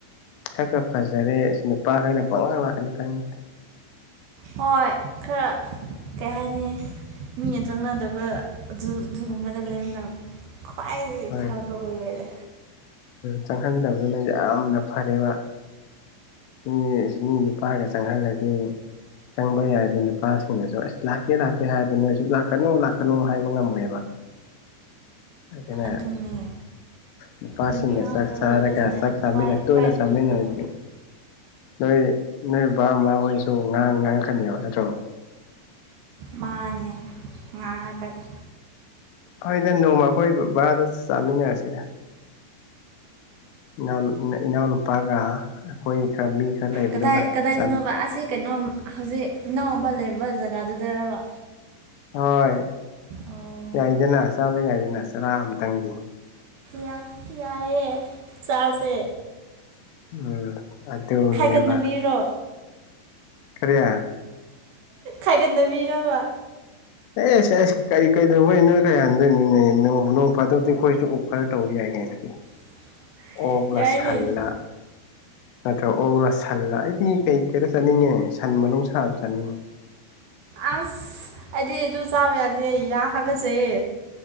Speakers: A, on the left (about 75°); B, on the right (about 65°).
A: ꯁꯛꯀ <unintelligible> ꯐꯖꯔꯦ ꯅꯨꯄꯥꯈꯣꯏꯅ ꯄꯪꯂꯥꯛ ꯂꯥꯛꯀꯅꯤ ꯈꯪꯉꯤꯗ
B: ꯍꯣꯏ ꯈꯔ ꯀꯩ ꯍꯥꯏꯅꯤ ꯃꯤꯅ ꯆꯪꯅꯗꯕ ꯑꯗꯨ ꯑꯗꯨꯒꯨꯝꯕꯗ ꯂꯩꯃꯤꯟꯅꯕ ꯈ꯭ꯋꯥꯏꯗꯒꯤ
A: ꯍꯣꯏ
B: ꯐꯕ ꯑꯣꯏꯔꯦꯗ
A: ꯆꯪꯍꯟꯗꯕꯗꯨꯅ ꯌꯥꯝꯅ ꯐꯔꯦꯕ ꯃꯤ ꯏꯁ ꯃꯤ ꯅꯨꯄꯥꯒ ꯆꯪꯍꯜꯂꯗꯤ ꯆꯪꯕ ꯌꯥꯔꯗꯤ ꯅꯨꯄꯥꯁꯤꯡꯅꯁꯨ ꯑꯁ ꯂꯥꯛꯀꯦ ꯂꯥꯛꯀꯦ ꯍꯥꯏꯕ ꯅꯣꯏꯁꯨ ꯂꯥꯛꯀꯅꯨ ꯂꯥꯛꯀꯅꯨ ꯍꯥꯏꯕ ꯉꯝꯃꯣꯏꯕ ꯑꯗꯨꯅ
B: ꯑꯗꯨꯅꯦ
A: ꯅꯨꯄꯥꯁꯤꯡꯒ
B: ꯅꯨꯄꯤ ꯉꯥꯛꯇ
A: ꯆꯥꯛ ꯆꯥꯔꯒ
B: ꯂꯩꯕꯗꯨꯅ
A: ꯆꯥꯛ ꯆꯥꯃꯤꯟꯅ
B: ꯈ꯭ꯋꯥꯏ
A: ꯇꯣꯏꯅ
B: ꯈ꯭ꯋꯥꯏꯗꯒꯤ
A: ꯆꯥꯃꯤꯟꯅꯔꯗꯤ
B: ꯐꯕ
A: ꯅꯣꯏ ꯅꯣꯏ ꯕꯥ ꯃꯥꯍꯣꯏꯁꯨ ꯉꯥꯡ ꯉꯥꯡꯉꯛꯀꯅꯦꯕ ꯅꯠꯇ꯭ꯔꯣ
B: ꯃꯥꯅꯦ ꯉꯥꯉꯥꯛꯇ
A: ꯍꯣꯏꯗ ꯅꯣꯡꯃ ꯑꯩꯈꯣꯏ ꯕꯔꯥꯗ ꯆꯥꯃꯤꯟꯅꯔꯁꯤꯗ ꯏꯅꯥꯎ ꯏꯅꯥꯎꯅꯨꯄꯥꯒ ꯑꯩꯈꯣꯏ ꯈꯔ ꯃꯤ ꯈꯔ ꯂꯩꯕꯗꯨꯒ
B: ꯀꯗꯥꯏ ꯀꯗꯥꯏꯗꯅꯣꯕ
A: ꯆꯥꯃꯤ
B: ꯑꯁꯤ ꯀꯩꯅꯣꯝ ꯍꯧꯖꯤꯛ ꯏꯅꯥꯎꯄ ꯂꯩꯕ ꯕ ꯖꯒꯥꯗꯨꯗꯔꯕ
A: ꯍꯣꯏ
B: ꯑꯣ
A: ꯌꯥꯏꯗꯅ ꯆꯥꯕ ꯌꯥꯏꯗꯅ ꯆꯔꯥ ꯑꯝꯇꯪꯗꯤ
B: ꯌꯥ ꯌꯥꯏꯑꯦ ꯆꯥꯖꯦ
A: ꯎꯝ ꯑꯗꯨꯅꯦꯕ
B: ꯈꯥꯏꯒꯠꯅꯕꯤꯔꯣ
A: ꯀꯔꯤꯌꯥ
B: ꯈꯥꯏꯒꯠꯅꯕꯤꯔꯕ
A: ꯑꯦꯁ ꯑꯦꯁ ꯀꯔꯤ ꯀꯩꯗꯧꯕꯩ ꯅꯣꯏ ꯈꯥꯏꯍꯟꯗꯣꯏꯅꯣꯅꯦ ꯅꯣꯡ ꯅꯣꯡ ꯐꯥꯗꯣꯛꯇꯤ ꯑꯩꯈꯣꯏꯁꯨ ꯑꯣꯐꯔ ꯇꯧ ꯌꯥꯏ <unintelligible>
B: <inaudible>
A: ꯑꯣꯛꯂ
B: ꯌꯥꯏꯅꯦ
A: ꯁꯜꯂ ꯅꯠꯇ꯭ꯔ ꯑꯣꯛꯂ ꯁꯜꯂ ꯑꯩꯗꯤ ꯀꯩ ꯀꯩꯔꯣ ꯆꯥꯅꯤꯡꯉꯦ ꯁꯟ ꯃꯅꯨꯡ ꯁꯥꯖꯨ ꯆꯥꯅꯤꯡꯉꯦ
B: ꯑꯁ ꯑꯩꯗꯤ ꯑꯗꯨ ꯆꯥꯕ ꯌꯥꯗꯦ ꯌꯥ ꯍꯥꯒꯠꯆꯩꯌꯦ